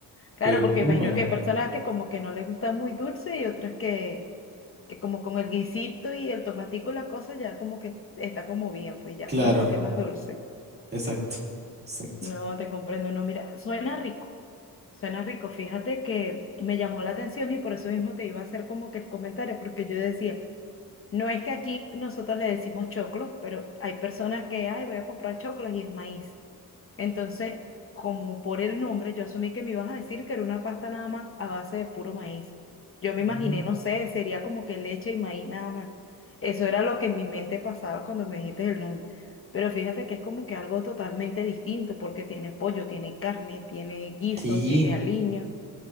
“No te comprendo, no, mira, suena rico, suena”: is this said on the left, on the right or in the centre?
Left